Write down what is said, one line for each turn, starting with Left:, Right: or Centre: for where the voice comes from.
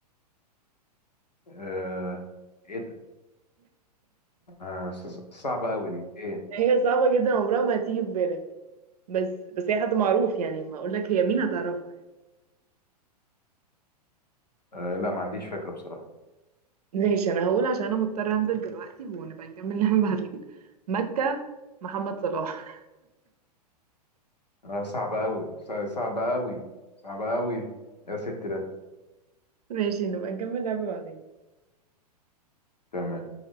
Left: آه ايه ده آه ص- صعبه قوي دي ايه
Right: هي صعبة جدا عمرها ما هتيجي في بالك بس بس هي حد معروف يعني ما اقول لك هي مين هتعرفها يعني
Left: آه لا ما عنديش فكره بصراحه
Right: ماشي انا هقول عشان انا مضطرة انزل دلوقتي ونبقى نكمل لعبة بعدين مكة محمد صلاح
Left: آه صعبه قوي صعبه قوي صعبه قوي يا ست ده
Right: <laughs> ماشي نبقى نكمل لعبة بعدين
Left: تمام